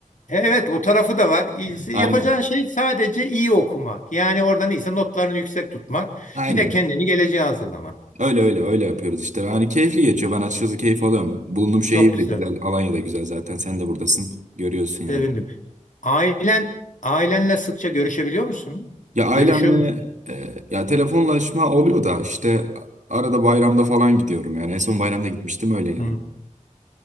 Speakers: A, on the left; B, on the right.
A: E, Evet o tarafı da var. İyisi-
B: <laughs> Aynen.
A: Yapacağın şey sadece iyi okumak. Yani oradan iyiyse notlarını yüksek tutmak.
B: Aynen.
A: Bir de kendini geleceğe hazırlamak.
B: Öyle öyle öyle yapıyoruz işte. Yani keyifli geçiyor. Ben açıkçası keyif alıyorum. Bulunduğum şehir
A: Çok güzel.
B: de güzel, Alanya da güzel zaten. Sen de buradasın. Görüyorsun yani.
A: Sevindim. Ailen, ailenle sıkça görüşebiliyor musun?
B: Ya ailemle
A: Görüşüyor musun?
B: e, ya telefonlaşma oluyor da işte arada bayramda falan gidiyorum yani en son bayramda gitmiştim öyle yani.
A: Hmm.